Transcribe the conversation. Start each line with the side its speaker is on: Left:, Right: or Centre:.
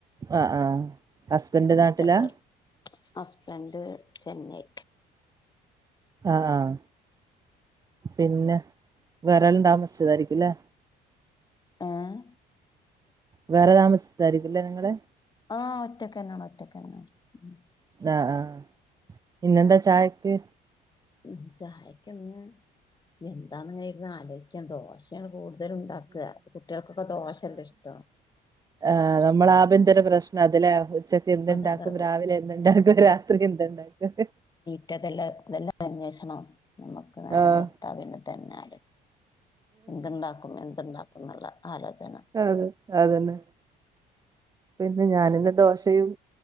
Right: ആഹ് ആഹ്. ഹസ്ബൻഡ്
Left: പിന്നെത്ത
Right: നാട്ടിലാ
Left: ചേർ ഹസ്ബൻഡ് ചെന്നൈ
Right: ആഹ് പിന്നെ വേറേല്ലം താമസിച്ചതായിരിക്കുംല്ലേ.
Left: ഏഹ്
Right: വേറെ താമസിച്ചായിരിക്കുല്ലേ നിങ്ങള്.
Left: ആഹ് ഒറ്റക്കെന്നാണ് ഒറ്റക്കന്നാണ് ഉം.
Right: ആഹ് ആഹ് ഇന്നെന്താ ചായക്ക്.
Left: ഉ ചായക്ക്ന്ന് എന്താന്ന്ങ്ങനെ ഇരുന്നലോയിക്കാൻ ദോശ് ശയാണ് കൂടുതലും ണ്ടാക്കാ. കുട്ടികൾക്കൊക്കെ ദോഷല്ലെഷ്ടം.
Right: ആ് നമ്മലെ ആഭ്യന്തര പ്രശ്നാത് ലെ ഉച്ചക്കെന്ത്‌ണ്ടാക്കും
Left: അതെ അതെ
Right: രാവിലെ. എന്ത്ണ്ടാക്കും രാത്രി എന്ത്‌ണ്ടാക്കും.
Left: മറ്റതെല്ലതെല്ലാം അന്വേഷണം നമ്മുക്ക് നേരം
Right: ആഹ്
Left: വെള്ത്താ പിന്നെ തന്നാല്. എന്ത്‌ണ്ടാക്കും എന്ത്‌ണ്ടാക്കും ന്ന്ള്ള ആലോചന.
Right: അതെ അതന്നെ പിന്നെ ഞാനിന്ന് ദോശയും.